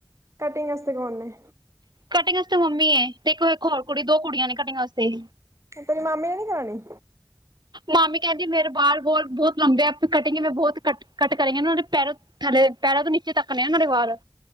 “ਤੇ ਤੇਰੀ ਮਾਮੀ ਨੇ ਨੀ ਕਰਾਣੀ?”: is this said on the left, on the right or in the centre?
Right